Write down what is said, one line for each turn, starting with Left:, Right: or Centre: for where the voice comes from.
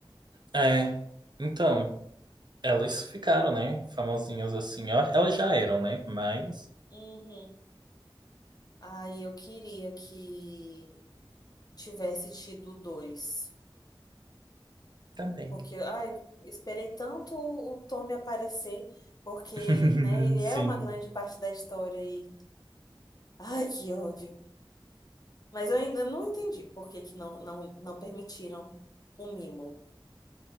Right: É. Então, elas ficaram, né? Famosinhas assim. Elas elas já eram, né? Mas
Left: Uhum. Ai, eu queria que tivesse tido dois.
Right: também.
Left: Porque, ai, esperei tanto o o Tommy aparecer, porque,
Right: <laughs>
Left: né, ele
Right: Sim.
Left: é uma grande parte da história e. Ai, que ódio. Mas eu ainda não entendi por que que não, não, não permitiram o mimo.